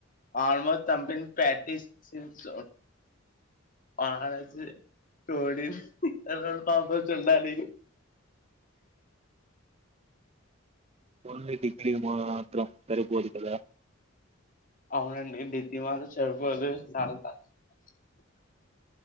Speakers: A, on the left (about 40°); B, on the right (about 30°).
A: ఆల్మోస్ట్ జంపింగ్ ప్రాక్టిసస్ ఆనస్ చూడి రో పాంపచ <unintelligible> ఉండాలి
B: ఓన్లీ డిగ్రీ మాత్రం సరిపోదు కదా
A: అవునండి డిగ్రీ మాత్రం సరిపోదు <unintelligible>